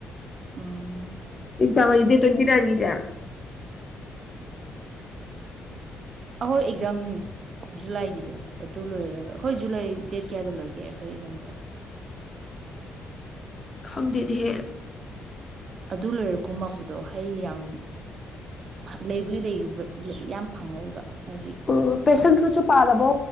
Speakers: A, on the right; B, on the left.
A: ꯑꯣ
B: <unintelligible>
A: ꯑꯩꯈꯣꯏ ꯑꯦꯛꯖꯥꯝ ꯖꯨꯂꯥꯏꯒꯤꯗꯣ ꯑꯗꯨ ꯂꯣꯏꯔꯔꯒ ꯍꯣꯏ ꯖꯨꯂꯥꯏ ꯗꯦꯠ ꯀꯌꯥꯗ ꯂꯣꯏꯒꯦ ꯑꯩꯈꯣꯏ ꯑꯦꯛꯖꯥꯝꯗ
B: ꯈꯥꯡꯗꯤꯍꯦ
A: ꯑꯗꯨ ꯂꯣꯏꯔꯀꯨꯝꯃꯛꯄꯗꯣ ꯍꯩ ꯌꯥꯝ ꯂꯩꯕꯨꯒꯤ ꯌꯥꯝ ꯐꯪꯉꯣꯏꯕ ꯍꯥꯏꯗꯤ
B: ꯑꯣ ꯄꯦꯁꯦꯟ ꯐꯔꯨꯏꯠꯁꯨ ꯄꯥꯜꯂꯕꯣ